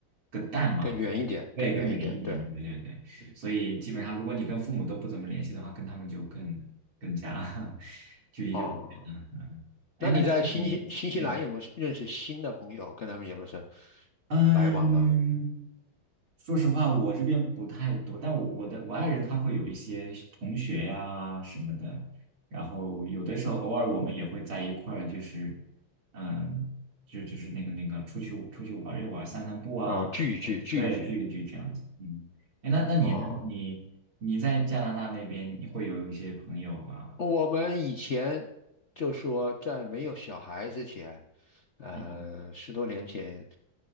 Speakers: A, on the right; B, on the left.
A: 更淡嘛，
B: 更远一点，
A: 对，
B: 更远一点，
A: 更远一点，
B: 对
A: 对对对，所以基本上如果你跟父母都不怎么联系的话，跟他们就更更加 <laughs> 距离就更远了。
B: 哦。
A: 哎，
B: 那你在新西新西兰有没有认识新的朋友？
A: 那你嗯
B: 跟他们有没有是
A: 嗯，
B: 来往了？
A: 说实话，我这边不太多，但我我的我爱人他会有一些同学呀什么的，然后有的时候偶尔我们也会在一块儿，就是嗯，就就是那个那个出去出去玩一玩，散散步啊，
B: 哦，聚一聚，聚一聚
A: 对，聚一聚这样子。嗯，哎，那那你呢？
B: 哦。
A: 你你在加拿大那边，你会有一些朋友啊？
B: 我们以前就说，在没有小孩之前，呃，
A: 嗯，
B: 十多年前，